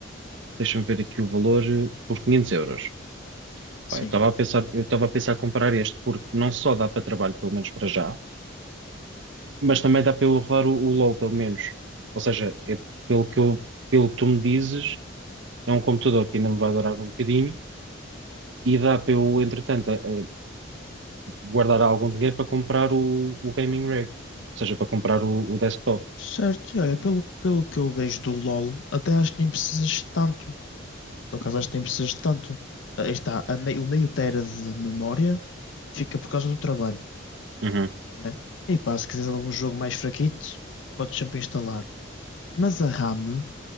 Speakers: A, on the right; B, on the left.
A: deixa-me ver aqui o valor, eh, por 500 euros.
B: Sim.
A: Pá, eu estava a pensar, eu estava a pensar em comprar este, porque não só dá para trabalho, pelo menos para já, mas também dá para eu rodar o, o LOL, pelo menos. Ou seja, é pelo que eu, pelo que tu me dizes, é um computador que ainda me vai durar um bocadinho e dá para eu, entretanto, a- a guardar algum dinheiro para comprar o, o gaming rig, ou seja, para comprar o, o desktop.
B: Certo, e olha, pelo, pelo que eu vejo do LoL, até acho que nem precisas de tanto. Por acaso acho que nem precisas de tanto. Ah, Aí está, a mei- o meio tera de memória fica por causa do trabalho,
A: Uhum.
B: né? E pá, se quiseres algum jogo mais fraquito, podes sempre instalar. Mas a RAM